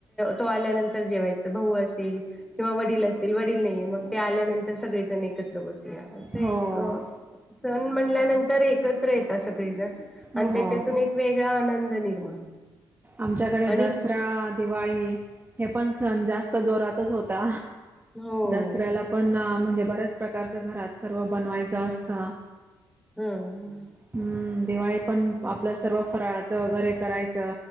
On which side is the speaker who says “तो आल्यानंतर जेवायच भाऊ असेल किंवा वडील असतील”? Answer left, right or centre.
Centre